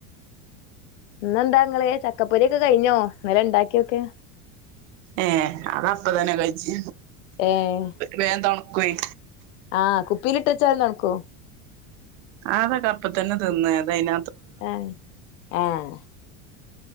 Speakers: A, on the left (about 80°); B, on the right (about 75°).
A: ഇന്നന്താ ഇങ്ങള് ചക്കപ്പൊരിയോക്കെ കഴിഞ്ഞോ? ന്നലെ ഇണ്ടാക്കിയൊക്കെ
B: ഏ... അതപ്പോതന്നെ കഴിച്
A: ഏ.. ഹ്
B: വേന്തൊണകൊയ്
A: ആഹ്.. കുപ്പിലിട്ടെച്ചാലും തൺക്കോ?
B: അതൊകപ്പത്തന്നെ തിന്ന് അദൈന
A: ആഹ.. ആഹ്